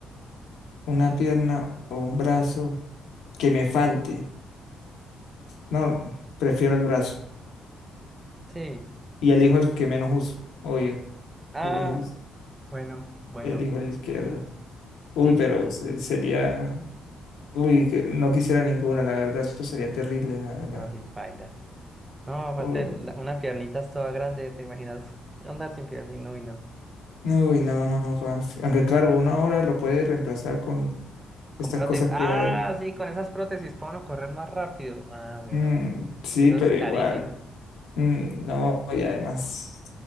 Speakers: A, on the left; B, on the right.
A: una pierna o un brazo que me falte. No, prefiero el brazo.
B: Sí.
A: Y elijo el que menos uso, obvio.
B: Ah,
A: Elijo el,
B: bueno, bueno.
A: elijo el izquierdo. Uy,
B: Sí,
A: pero
B: sí, sí.
A: se- sería... Uy, que no quisiera ninguna, la verdad, esto sería terrible, la verdad.
B: No, sí, bailas. No, aparte,
A: Uy,
B: la- una piernita es toda grande, ¿te imaginas andar sin piernina? Uy, no.
A: uy, no, no, parce. Aunque claro, una hora lo puede reemplazar con
B: Con
A: estas
B: prótesis.
A: cosas que
B: Ah,
A: hay.
B: sí, con esas prótesis puedo uno correr más rápido. Ah, bueno.
A: Mm, sí,
B: Aunque eso
A: pero
B: es carísimo.
A: igual. Mm, No, y además